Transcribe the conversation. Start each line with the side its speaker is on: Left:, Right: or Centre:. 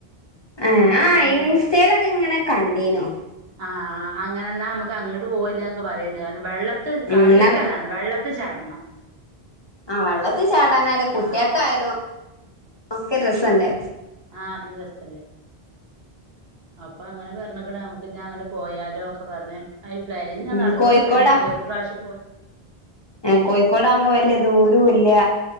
Left: ഏഹ് ആഹ്
Right: ഉം
Left: ഇൻസ്റ്റയിലൊക്കെ ഇങ്ങനെ കണ്ടീനു,
Right: ആഹ് അങ്ങനന്നാ നമുക്ക് അങ്ങട്ട് പോകല്ലേ എന്നൊക്കെ പറയണ്ട് കാരണം വെള്ള
Left: ഉം
Right: കാര്യയിട്ട്
Left: ന്നാ
Right: അതാണ് വെള്ളത്തിൽ ചാടണം,
Left: ആഹ്, വെള്ളത്തിൽ ചാടാനായാലും കുട്ടിയക്കെ
Right: ആഹ്
Left: ആയാലും ക്കെ രസം തന്നെ,
Right: ആഹ് നല്ല രസല്ലേ, അപ്പൊ അങ്ങനെ പറഞ്ഞിക്കണ നമ്ക്ക് ഇനി അങ്ങനെ പോയാലോ ഒക്കെ പറഞ്ഞ് ഈ പ്ലാനിങ്
Left: ഉം
Right: നടന്നോണ്ട്
Left: കോഴിക്കോടാ
Right: ക്ണ്ട് ഇപ്പൊ ഒരു പ്രാവശ്യം പോയി,
Left: ഏഹ്, കോഴിക്കോടാകുമ്പോ വല്യ ദൂരോ ഇല്യ